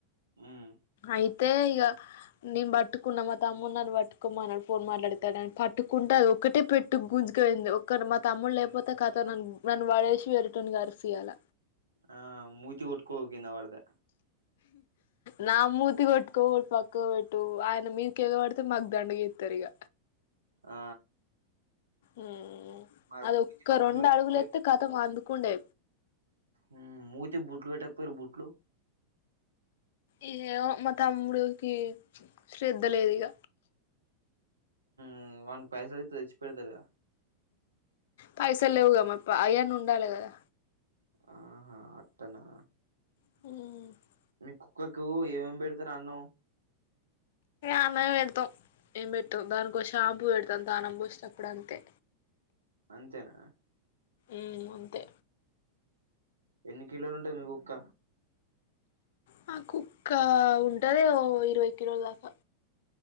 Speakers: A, on the right; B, on the left.
A: ఉమ్
B: అయితే ఇగ నెన్ బట్టు కున్న మా తమ్ముడు నన్ను వట్టుకోమనాడు ఫోన్ మాట్లాడతాడన్ పట్టుకుంటె అది ఒకటే పెట్టు గుంజుక వొయింది ఒక్క మా తమ్ముడు లేపోతే కథ నన్ను వాడేసి వేరేటోడ్ని కరుసు ఇయాల
A: ఆ మూతి కుట్కో కింద వడితే
B: నా మూతి కొట్కో పక్క వెట్టు ఆయన మీకి ఎగవడితే మాక్ దండుగ ఎత్తరు ఇగ
A: ఆ
B: ఊ
A: మరి
B: అది ఒక్క
A: బుట్లు
B: రెండు
A: పెట్టకపోయి
B: అడుగులు ఎత్తే ఖతం అందుకుండే
A: ఊ మూతి బుట్లు వెట్టక్ పొయిరు బుట్లు
B: ఏమో మా తమ్ముడికి శ్రధ లేదు ఇగ
A: ఊ వాని పైసలు ఇత్తే తెచ్చి పెడతడుగా
B: పైసల్ లేవుగా మాక్ ప అయన్న ఉండాలి గదా
A: ఆహా అట్టనా
B: మ్
A: మీ కుక్కకు ఏమేమి పెడతారు అన్నం
B: అన్నమే పెడతాం ఏం పెడతాం దానికో షాంపూ పెడతాం దానం పోసేఅప్పుడు అంతే
A: అంతేనా
B: మ్ అంతే
A: ఎన్ని కిలోలు ఉంటాది మీ కుక్క
B: మా కుక్క ఉంటది ఓ ఇరవై కిలోల దాకా